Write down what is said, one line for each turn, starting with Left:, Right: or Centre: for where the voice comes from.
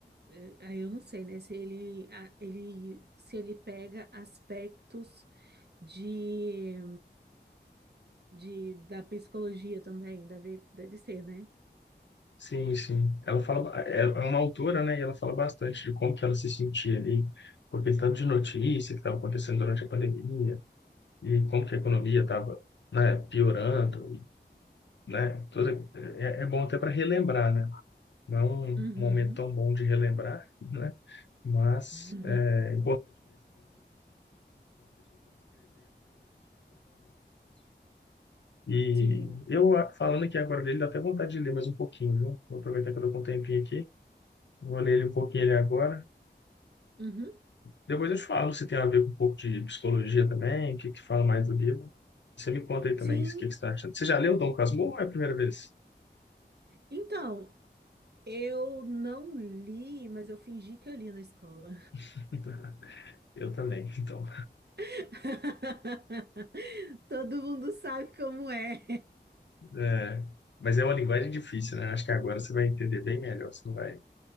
Right: eh, aí eu não sei, né, se ele, a- ele se ele pega aspectos de, de da psicologia também, deve, deve ser, né?
Left: Sim, sim. Ela fala, ba- é é uma autora, né? E ela fala bastante de como que ela se sentia ali, com aquele tanto de notícia que estava acontecendo durante a pandemia, e como que a economia estava, né, piorando, e, né? Toda, é, é bom até para relembrar, né? Não é um
Right: Uhum.
Left: momento tão bom de relembrar, né? Mas
Right: Uhum.
Left: é E
Right: <laughs> Sim.
Left: eu, ah, falando aqui agora dele, dá até vontade de ler mais um pouquinho, viu? Vou aproveitar que eu tô com um tempinho aqui. Vou ler ele um pouquinho ele agora.
Right: Uhum.
Left: Depois eu te falo se tem a ver com um pouco de psicologia também, o que que fala mais do livro. Você me conta aí também
Right: Sim.
Left: o que que você está achando. Você já leu Dom Casmurro ou é a primeira vez?
Right: Então, eu não li, mas eu fingi que eu li na escola.
Left: <laughs> Eu também, então.
Right: <laughs> Todo mundo sabe como é.
Left: É, mas é uma linguagem difícil, né? Acho que agora você vai entender bem melhor, você não vai